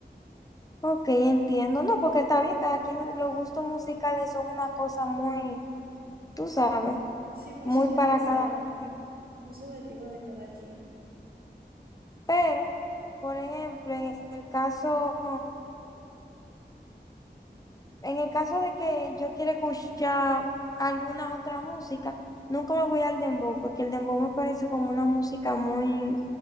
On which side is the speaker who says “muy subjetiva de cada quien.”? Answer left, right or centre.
Right